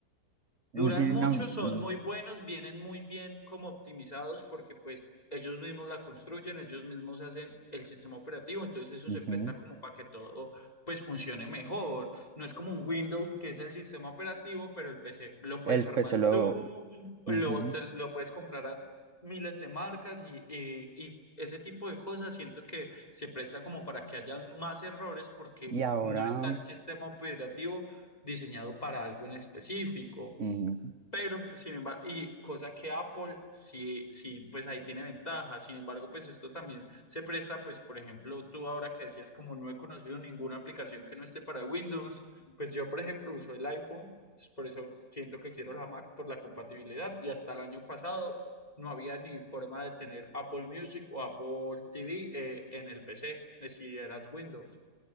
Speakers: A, on the left (about 25°); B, on the right (about 50°).
A: Duran
B: Tiene
A: mucho,
B: una- mm,
A: son muy buenos, vienen muy bien como optimizados porque pues ellos mismos la construyen, ellos mismos hacen el sistema operativo, entonces eso
B: ujú,
A: se presta como para que todo pues funcione mejor. No es como un Windows que es el sistema operativo, pero el PC lo puedes
B: El
A: armar
B: PC lo...
A: tú, lo,
B: ujú,
A: te- lo puedes comprar a miles de marcas y, y- y ese tipo de cosas siento que se presta como para que haya más errores porque
B: Y ahora...
A: no está el sistema operativo diseñado para algo en específico.
B: ujú,
A: Pero, pues, sin embargo, y cosa que Apple sí, sí, pues ahí tiene ventaja. Sin embargo, pues esto también se presta, pues, por ejemplo, tú ahora que decías, como no he conocido ninguna aplicación que no esté para Windows, pues yo, por ejemplo, uso el iPhone, pues, por eso siento que quiero la Mac por la compatibilidad. Y hasta el año pasado no había ni forma de tener Apple Music o Apple TV eh, en el PC, eh, si eras Windows.